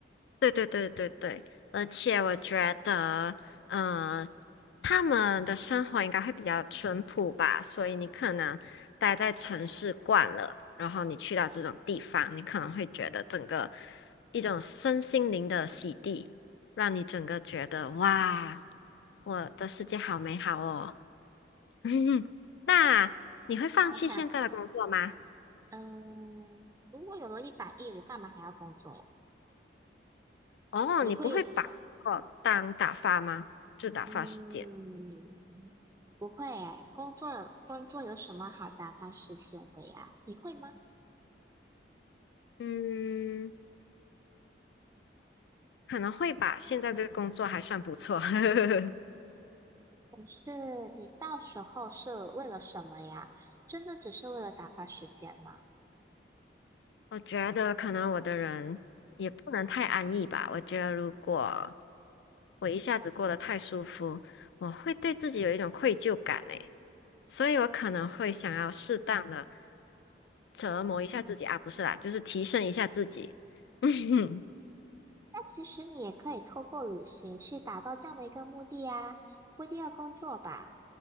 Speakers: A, on the left; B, on the right.
A: 对对对对对，而且我觉得，嗯、他们的生活应该会比较淳朴吧，所以你可能待在城市惯了，然后你去到这种地方，你可能会觉得整个一种身心灵的洗涤，让你整个觉得哇，我的世界好美好哦。<laughs> 那你会放弃现在的工作吗？
B: 想想，嗯，如果有了一百亿，我干嘛还要工作呀？
A: 哦，
B: 你会
A: 你不会把工作当打发吗？就打发时间。
B: 嗯，不会诶，工作工作有什么好打发时间的呀？你会吗？
A: 嗯，可能会吧，现在这个工作还算不错。<laughs>
B: 是你到时候是为了什么呀？真的只是为了打发时间吗？
A: 我觉得可能我的人也不能太安逸吧。我觉得如果我一下子过得太舒服，我会对自己有一种愧疚感诶，所以我可能会想要适当的折磨一下自己啊，不是啦，就是提升一下自己。<laughs>
B: 那其实你也可以透过旅行去达到这样的一个目的呀，不一定要工作吧？